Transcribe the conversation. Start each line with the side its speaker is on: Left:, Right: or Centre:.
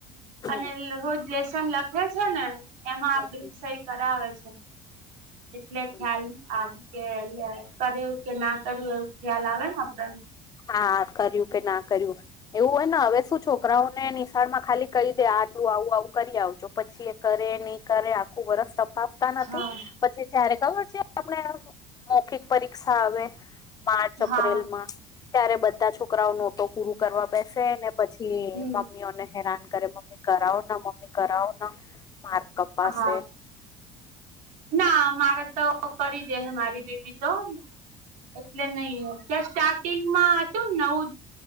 Right: અને
Left: હમ
Right: રોજ લેસન લખે છે ને. એમાં
Left: હમ
Right: આપડી
Left: હમ
Right: સહી કરાવે છે. એટલે,
Left: હમ
Right: ખ્યાલ આ કે કરે કે ના કરાવે, એવું ખ્યાલ આવે ને આપને એમ.
Left: હા, કર્યું કે ના કર્યું. એવું હોય ને, હવે શું છોકરાઓને નિશાળ માં ખાલી કહી દે, આટલું આવું આવું કરી આવજો. પછી એ કરે, નહીં કરે, આખું વર્ષ સફાસ હતા નથી.
Right: હા
Left: પછી જયારે ખબર છે, આપણે મૌખિક પરીક્ષા આવે માર્ચ-એપ્રિલમાં
Right: હા
Left: ત્યારે બધા છોકરાઓ નોટો પૂર કરવા બેસેને, પછી
Right: હમ
Left: પ મમ્મીઓને હેરાન કરે, મમ્મી, કરાવ. મમ્મી, કરાવો ને. માર્ક કપાસે.
Right: હા ના મારે તો કરી દે. હે, મારી બેબી તો. એટલે નહીં, ત્યાં સ્ટાર્ટિંગ માં હતું ને, નવું